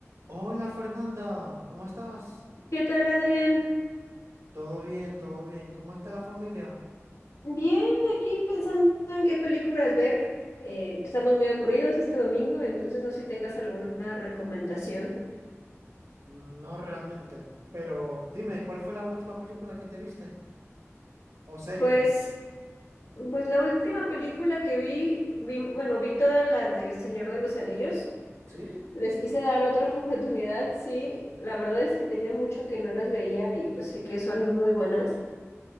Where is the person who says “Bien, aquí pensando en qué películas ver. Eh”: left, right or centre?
Left